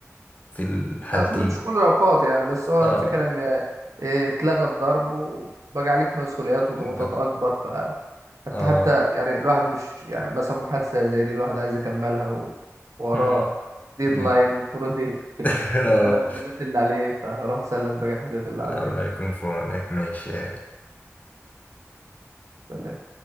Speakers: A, on the left; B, on the right.
A: في الحالتين
B: آه، مش كل الأوقات يعني بس هو
A: اه
B: الفكرة إن آه، اتلغى الضرب وبقى عليك مسؤوليات وضغوطات
A: ب-
B: أكبر فأنت
A: اه
B: حتى يعني الواحد مش يعني مثلا محادثة زي دي الواحد عايز يكملها ووراه
A: مم.
B: ديدلاين
A: مم.
B: المفروض
A: <laughs> آه.
B: يسلم الحاجات اللي عليه فأروح أسلم باقي الحاجات اللي
A: الله
B: عليا
A: يكون في عونك ماشي
B: سلام